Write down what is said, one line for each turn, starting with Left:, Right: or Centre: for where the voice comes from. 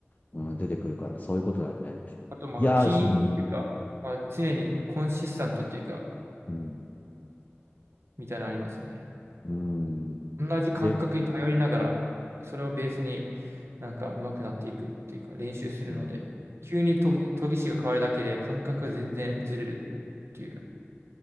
Left: うん、出てくるから、そういうことだよね。
Right: あと、まあ、
Left: いやー、
Right: 金っていうか、
Left: うん、
Right: まあ、常にコンシスタントっていうか、
Left: うん、
Right: みたいなのありますね。
Left: うん。
Right: 同じ感覚に頼りながら、
Left: で、
Right: それをベースになんか上手くなっていくっていうか、練習するので、
Left: うん、
Right: 急に研ぎ、研ぎ師が変わるだけで感覚が全然ずれるっていう。